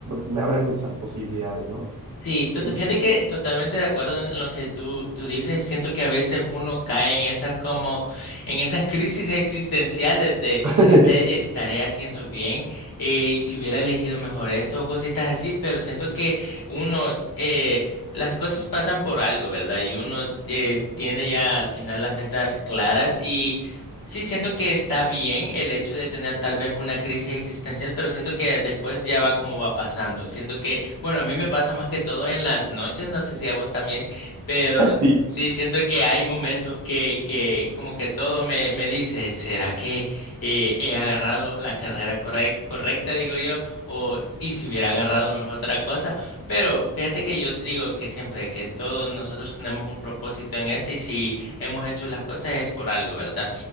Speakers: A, on the right; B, on the left.
A: me abre muchas posibilidades, ¿no?
B: Sí, to-
A: Es-
B: fíjate que totalmente de acuerdo en lo que tú, tú dices. Siento que a veces uno cae en esas como, en esas crisis existenciales de
A: <laughs>
B: este, estaré haciendo bien Eh, y si hubiera elegido mejor esto o cositas así, pero siento que uno, eh, las cosas pasan por algo, ¿verdad? Y uno eh, tiene ya al final las metas claras y sí siento que está bien el hecho de tener tal vez una crisis existencial, pero siento que después ya va como va pasando. Siento que bueno, a mí me pasa más que todo en las noches, no sé si a vos también, pero
A: Sí.
B: sí siento que hay momentos que, que como que todo me, me dice, ¿será que eh, he agarrado la carrera correc- correcta, digo yo? O, y si hubiera agarrado mejor otra cosa. Pero fíjate que yo digo que siempre, que todos nosotros tenemos un propósito en este y si hemos hecho las cosas es por algo, ¿verdad?